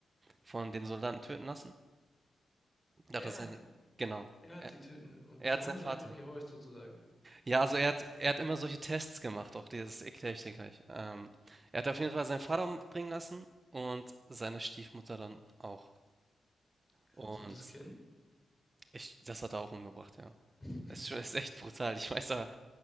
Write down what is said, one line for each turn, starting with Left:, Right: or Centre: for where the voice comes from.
Right: von den Soldaten töten lassen. Da
Left: Er
Right: hat er seine,
Left: hat,
Right: genau,
Left: er hat
Right: er,
Left: sie töten und
Right: er
Left: die
Right: hat
Left: haben
Right: seinen
Left: ihn
Right: Vater.
Left: einfach gehorcht sozusagen.
Right: Ja, also er hat, er hat immer solche Tests gemacht, auch die- das erkläre ich dir gleich. Ähm, er hat auf jeden Fall seinen Vater umbringen lassen und seine Stiefmutter dann auch.
Left: Krass.
Right: Und
Left: Und das Kind?
Right: ich, das hat er auch umgebracht, ja.
Left: <laughs>
Right: Ist, schon- <laughs> ist echt brutal. Ich weiß aber,